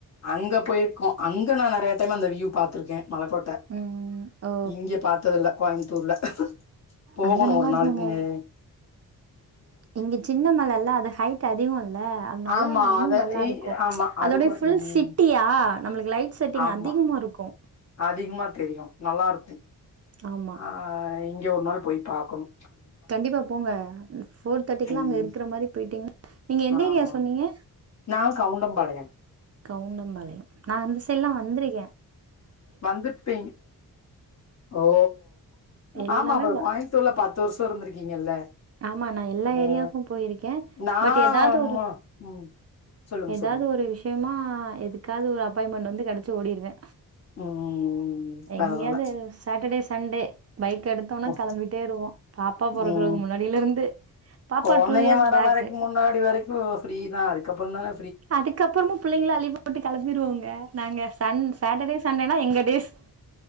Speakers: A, on the left; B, on the right.
A: அங்க போயிருக்கோ அங்க நா நெறியா த்தன அந்த வியூ பாத்துருக மலக்கோட்
B: ம். ஓ!
A: இங்கே பாத்தது இல்ல கோயிம் தூர்ல போகணு
B: அங்க நல்லா
A: ஒரு
B: இருக்குங்க.
A: நாள்க்குனே
B: இங்க சின்ன மல இல்ல அது ஹைட் அதிகுல்ல அதனால
A: ஆமா
B: இன்னு
A: அத
B: நல்லா
A: இ
B: இருக்கு
A: ஆமா
B: அதோட
A: அது கொ
B: ஃபுல்
A: ம்
B: சிட்டியா நம்ளுக்கு லைட் செட்டிங்
A: ஆமா
B: அதிகமா இருக்கு
A: அதிகமா தெரியு நல்லா இருக்கு
B: ஆமா.
A: ஆஹ் இங்க ஒரு நாள் போய் பாக்குணு
B: கண்டிப்பா போங்க ஃபோர் தேர்ட்டிக்குல்லா
A: ம்
B: அங்க இருக்கிற மாரி போயிட்டீங்கன நீங்க எந்த
A: ஆமா
B: ஏரியா சொன்னிங்க
A: நா கவுண்டம்பாளையம்
B: கவுனம்பாளைய நா அந்த சைடு எல்லா வந்திருகே
A: வந்துர்பிங் ஓ
B: எல்லாமே
A: ஆமா அப்
B: வ-
A: கோயுத்தூர்ல பத்துருச் துறந்து இருந்திருக்கீங்கல்ல
B: ஆமா நா எல்லா
A: அ
B: ஏரியாவுக்கும் போயிருக்கே
A: நா
B: பட் எதாவுது
A: மு
B: ஒரு
A: ம் சொல்லுங்க
B: ஏதாவது
A: சொல்லுங்க
B: ஒரு விஷ்யமா எதுக்காது ஒரு அப்பாய்மெண்டு வந்து கிடைச் ச்சி ஓடிருவே
A: உம் ம்
B: எங்கியாவது
A: பரவால்ல
B: சாட்டடேஸ் சண்டே பைக் எடுத்தோம்னா
A: ஓ
B: கிளம்பிட்டே இருவோம். பாப்பா பொறக்கறதுக்கு
A: உம்
B: முன்னாடியில இருந்து பாப்பா
A: கொழ்ந்திங்க
B: இயர்ஸ்
A: வர
B: பேக்.
A: வரைக்கும் முன்னாடி வரைக்கும் ஃப்ரீதா அதுக்கப்புறம் தானே
B: அதுக்கப்புறமும் பிள்ளைங்கள லீவ் போட்டு கிம்பிருவோங்க நாங்க சண் சாட்டடே சண்டேனா எங்க பேஷ்